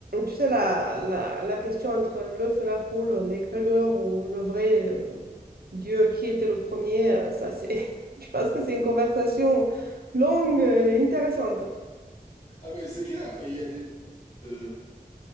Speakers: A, on the right; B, on the left.
A: Tu sais, la, la, la question entre l'œuf et la poule, l'égrégore ou le vrai euh, Dieu, qui était le premier, euh, ça c'est, <laughs> je pense que c'est une conversation longue et intéressante.
B: Ah mais c'est clair, et il y a des, euh,